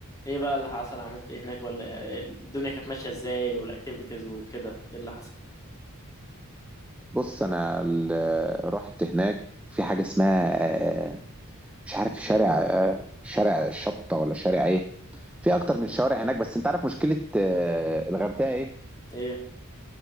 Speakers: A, on the left; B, in the centre.
A: ايه بقى اللي حصل عملت ايه هناك ولا الدنيا كانت ماشية ازاي والاكتيفيتيز وكده ايه اللي حصل؟
B: بص انا ال- رحت هناك في حاجه اسمها آه، مش عارف شارع آه، شارع الشطه ولا شارع ايه في اكتر من شوارع هناك بس انت عارف مشكله آه، الغردقه ايه
A: ايه